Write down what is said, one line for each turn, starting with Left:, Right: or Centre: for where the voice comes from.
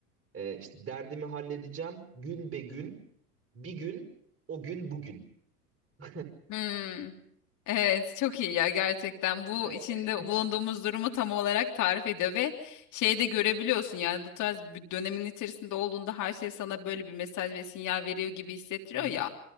Right: E, işte derdimi halledeceğim gün be gün, bir gün, o gün bugün. <laughs>
Left: Hmm. Evet, çok iyi ya gerçekten. Bu
Right: Aynen.
Left: içinde bulunduğumuz durumu tam olarak tarif ediyor ve şeyde görebiliyorsun yani bu tarz bir dönemin içerisinde olduğunda her şey sana böyle bir mesaj ve sinyal veriyor gibi hissettiriyor
Right: Hı hı,
Left: ya.